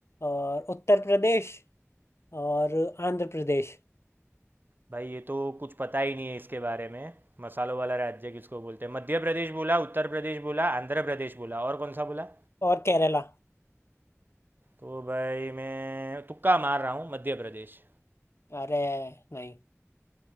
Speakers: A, on the left; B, on the right.
A: और उत्तर प्रदेश और आंध्र प्रदेश
B: भाई ये तो कुछ पता ही नहीं है इसके बारे में मसालों वाला राज्य किसको बोलते हैं मध्य प्रदेश बोला उत्तर प्रदेश बोला आंध्र प्रदेश बोला और कौन सा बोला
A: और केरला
B: तो भाई मैं तुक्का मार रहा हूँ मध्य प्रदेश
A: अरे नहीं